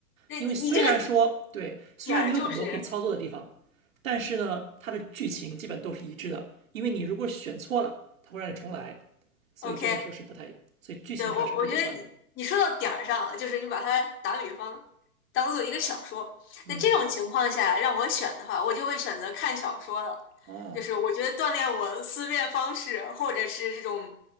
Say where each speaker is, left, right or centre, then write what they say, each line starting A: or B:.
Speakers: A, on the left; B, on the right.
A: 那你你这个
B: 因为虽然说对，虽然你有很多可以操作的地方，
A: 点儿就是
B: 但是呢，它的剧情基本都是一致的。因为你如果选错了，它会让你重来，所以这个就是不太，
A: OK，
B: 所以剧情还是会连贯的。
A: 对，我我觉得你你说到点儿上了，就是你把它打比方当做一个小说，
B: 嗯，
A: 那这种情况下让我选的话，我就会选择看小说了，
B: 哦，
A: 就是我觉得锻炼我思辨方式，或者是这种